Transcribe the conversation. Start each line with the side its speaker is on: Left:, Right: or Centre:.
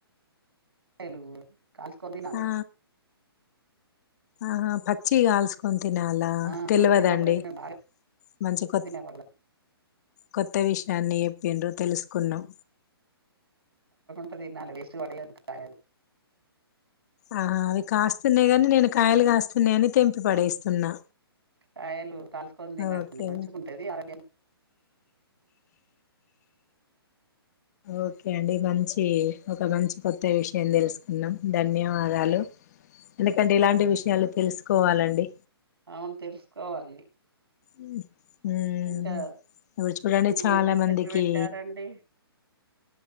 Right: హలో కాల్చుకోని తినాలి.
Left: ఆ ఆహా పచ్చిగ కాల్స్ కొంతినాలా
Right: ఆ
Left: తెలివదండి.
Right: చిన్నప్పుడైతే మేము బాగా
Left: మంచిగ కొత్
Right: తినేవాళ్ళం
Left: కొత్త విషయాన్ని. ఎండో తెలుసు. కున్నం
Right: అది నాదినల వేస్ట్ వాడేల కాయాలి.
Left: ఆహ్ అవి కాస్తున్నాయి గాని నేను కాయలు కాస్తున్నాయియని తెంపి పడేస్తున్నా.
Right: కాయలు కాలుసుకొని తినండి
Left: ఓకే
Right: మంచిగుంటది ఆరోగ్యం.
Left: ఓకే అండి బంత్ మంచి ఒక మంచి కొత్త విషయం తెలుసుకున్నాం ధన్యవాదాలు. ఎందుకంటే ఇలాంటి విషయాలు తెలుసుకోవాలండి.
Right: అవును తెలుసుకోవాలి.
Left: ఉమ్ ఉమ్
Right: ఇంకా
Left: విడుచుపూడండి
Right: ఇంకేమేమి
Left: చాలా మందికి.
Right: చెట్లు పెట్టారండి